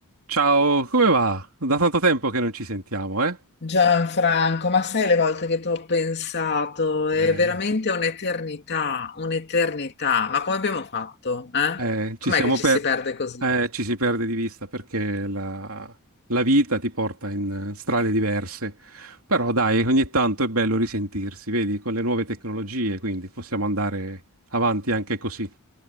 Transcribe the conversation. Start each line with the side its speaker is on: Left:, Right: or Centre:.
Right: Ciao, come va? Da tanto tempo che non ci sentiamo, eh?
Left: Gianfranco, ma sai le volte che ti ho pensato? È
Right: Eh,
Left: veramente un'eternità, un'eternità. Ma come abbiamo fatto? Eh?
Right: eh, ci
Left: Com'è
Right: siamo
Left: che ci
Right: per...
Left: si perde così?
Right: eh, ci si perde di vista perché la, la vita ti porta in eh, strade diverse. Però dai, ogni tanto è bello risentirsi, vedi, con le nuove tecnologie, quindi possiamo andare avanti anche così.